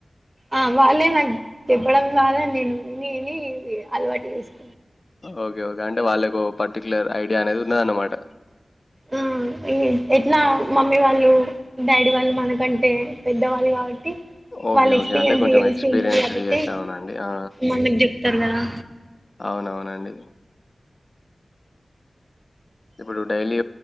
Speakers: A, on the right (about 25°); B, on the left (about 50°).
A: ఆ వాళ్ళే నాకు చెప్పడం ద్వారా నేను విని విని అలవాటు చేసుకు
B: ఓకే ఓకే అంటే వాళ్ళే పర్టిక్యులర్ ఐడియా అనేది ఉన్నదన్నమాట
A: ఊ ఎ ఎట్లా మమ్మీ వాళ్ళు డాడీ వాళ్ళు మనకంటే పెద్దవాళ్ళు కాబట్టి
B: ఓకే.
A: వాళ్ళు ఎక్స్పీరియన్స్
B: ఓకే. అంటే కొంచెం
A: చేసి
B: ఎక్స్‌పీరియన్స్‌డ్
A: ఉంటారు కాబట్టి
B: యెస్ అవునండి. ఆ!
A: మనకు చెప్తారు కదా
B: అవునవునండి. ఇప్పుడు డైలీ